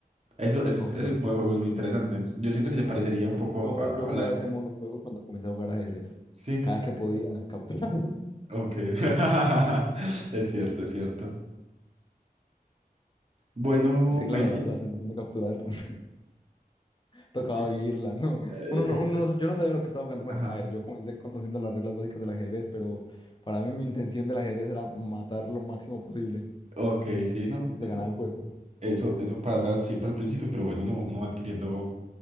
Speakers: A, on the right; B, on the left.
A: Eso, eso,
B: Ok.
A: es- ese modo de juego es muy interesante. Yo siento que se parecería un
B: Yo,
A: poco
B: yo,
A: a, a
B: yo jugaba
A: la...
B: ese modo de juego cuando comencé a jugar ajedrez.
A: Sí.
B: Cada
A: Ok.
B: que podía capturar. <laughs>
A: Ok. <laughs> Es cierto, es cierto. Bueno,
B: Sí,
A: Melkin.
B: claro, la, la sensación de capturar <laughs> tocaba
A: es-
B: vivirla, ¿no?
A: eh,
B: Uno, no,
A: es-
B: uno no- yo no sabía lo que estaba jugando. Bueno,
A: ajá.
B: a ver, yo comencé conociendo las reglas básicas del ajedrez, pero para mí mi intención del ajedrez era matar lo máximo posible.
A: Ok, sí,
B: Creía
A: no.
B: que se ganaba el juego.
A: Eso, eso pasa siempre al principio, pero bueno, uno, uno va adquiriendo